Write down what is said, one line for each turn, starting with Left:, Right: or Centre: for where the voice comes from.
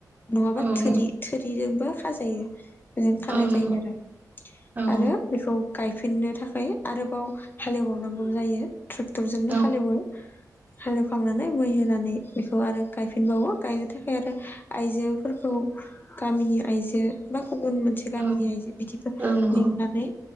Left: नङाबा
Right: नंगौ
Left: थोरि थोरिजों खाजायो बेजों खानाय
Right: औ नंगौ
Left: जायो आरो
Right: औ नंगौ
Left: आरो बेखौ गायफिननो थाखाय आरोबाव हालेवबावनांगौ जायो। ट्रेक्टरजोंनो
Right: औ
Left: हालेवो। हालेवखांनानै मै होनानै बेखौ आरो गायफिनबावो गायनो थाखाय आरो आइजोफोरखौ गामिनि आइजो बा गुबुन मोनसे गामिनि
Right: औ
Left: जे बिदिफोर
Right: औ नंगौ
Left: लिंनानै